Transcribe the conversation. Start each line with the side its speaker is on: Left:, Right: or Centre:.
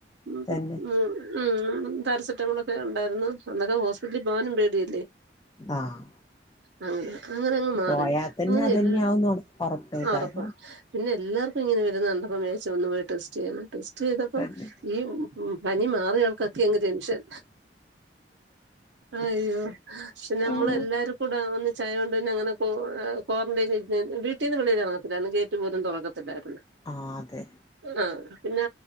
Right: ഉം
Left: തന്നെ
Right: ഉ ഉം പാരസെറ്റമോള ഒക്കെ ഉണ്ടായിരുന്നു ചന്തക ഹോസ്പിലി ഭവാന ബേടി
Left: ആഹ്
Right: ആ അങ്ങനെ അങ്ങ് മാറി
Left: പോയാ തന്നെ
Right: അങ്ങനെ
Left: അതന്നെ
Right: എല്ല
Left: ആവുന്ന് ഒറപ്പേക്കാരം
Right: ഉറപ്പാ പിന്നെ എല്ലാർക്കും ഇങ്ങനെരുന്നണ്ട മേച്ച ഒന്ന് പോയി ടെസ്റ്റ് ചെയ്യാണ് സ്റ്റ് ചെയ്തപ്പ
Left: തന്നെ
Right: ഈ ഉ ഉ പനി മാ യാൾക്കൊക്കെെ ടെൻഷൻ അയ്യോ നമ്മളെല്ലാരും
Left: ആഹ്
Right: കൂ ഒന്ന ചായുകൊണ്ട് പിന്നെ അങ്ങനെ ക്വാറൈൻ വീട്ടീന്ന് വിളി ഇറങ്ങത്തിത്തിലുരുന്നു ഗേറ്റ് പോലും തുറക്കത്തില്ല
Left: അതെ
Right: ആഹ പിന്നെ